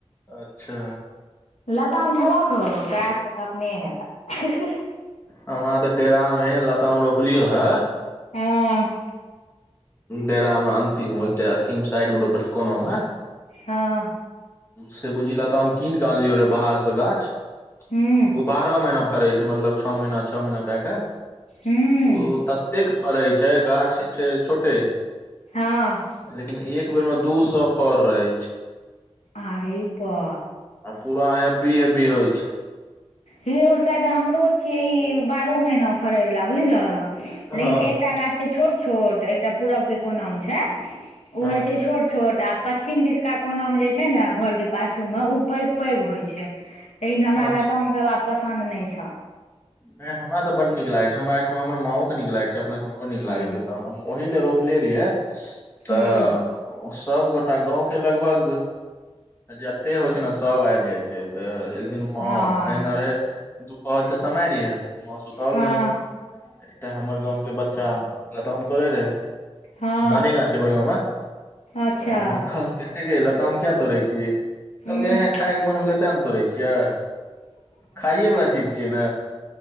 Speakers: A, on the left; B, on the left.
A: अच्छा
B: लताम खेबक हो, तोरा सबके त अपने हेतअ हैं हैं।
A: हमरा त डेरा मे लताम रोपलियो ह
B: हम्म
A: डेरा में अंतिम ओ, अथि साइड मे रोपल छै कोना मे
B: हँ
A: से बुझि लताम हम कीन कऽ अनलियौ रहे बाहरसँ गाछ
B: हूँ
A: ओ बारह महीना फरै छै, मतलब छओ महीना छओ महीना कए क।
B: हूँ
A: ओ ततेक फड़ै छै गाछ छै छोटे।
B: हँ
A: लेकिन एक बेर मे दू सौ फर रहै छै।
B: आड़े बा।
A: आ पूरा हेबी हेबी होइ छै।
B: हे हो शायद हमरो छियै ई बारहो महना फड़यवला बुझलअ लेकिन
A: हँ
B: एकटा गाछ छै छोट छोट एकटा पूरब के कोनामे छै। ओ
A: हँ
B: होइ छै छोट छोट आ पच्चछिमके दिशका कोना मे जे छै न घरके पाछू मे उ पैघ पैघ होइ छै लेकिन हमरा
A: अच्छा
B: लताम सब आब पसन्द नहि छ।
A: नयि हमरा त बड नीक लागै छ, हमरा एहेठाम हमरा माँओे के नीक लागै छै, प्लस हमरो नीक
B: हँ
A: लागै छै त हम ओहि ले रोपले रहियै
B: हूँ
A: त ओ सबगोटा गाँवके लगभग जते होइ छै न सब आइब जाइ छै त एक दिन हां
B: हँ
A: एहिना रहे दुपहर के समय रहिये हम सुतल
B: हँ
A: रहै एकटा हमर गाँंव के बच्चा लताम तोर रहै
B: हँ
A: नानी गाछ छै बड़का मामाअ
B: अच्छा
A: मखान के जे ए, लताम किया तोड़ छी कहलकै
B: हूँ
A: ऐं खायके मोन भेलै तेँ न तोड़ै छियै, खाइएवला चीज छियै न।